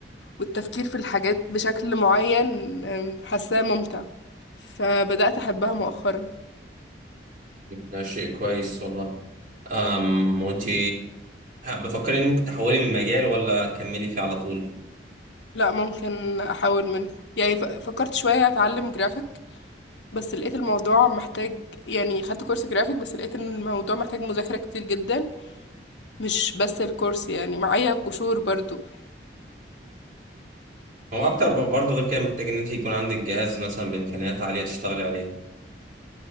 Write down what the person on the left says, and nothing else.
والتفكير في الحاجات بشكل معين أم، حاساه ممتع فبدأت أحبها مؤخرا
لا ممكن أحاول منها يعني ف- فكرت شوية أتعلم جرافيك بس لقيت الموضوع محتاج يعني خدت كورس جرافيك بس لقيت إن الموضوع محتاج مذاكرة كتير جدا مش بس الكورس يعني معايا قشور برضو